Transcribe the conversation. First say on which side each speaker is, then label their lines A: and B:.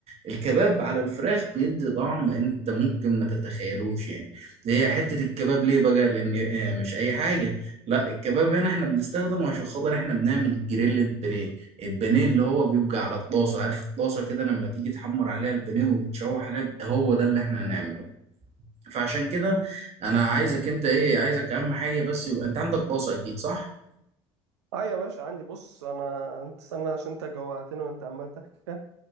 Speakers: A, on the right; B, on the right.
A: الكباب على الفراخ بيدي طعم انت ممكن ما تتخيلوش يعني هي حتة الكباب ليه بقى لان اه، مش اي حاجة لا الكباب هنا احنا بنستخدمه عشان خاطر احنا بنعمل جريل بانيه البانيه اللي هو بيبقى على الطاسة عارف الطاسة كده لما تيجي تحمر عليها البانيه وتشوح عليها هو ده اللي احنا هنعمله فعشان كده انا عايزك انت ايه عايزك اهم حاجة بس يبقى انت عندك طاسة اكيد صح
B: اه يا باشا عندي بص انا انت استنى عشان انت جوعتني وانت عمال تحكي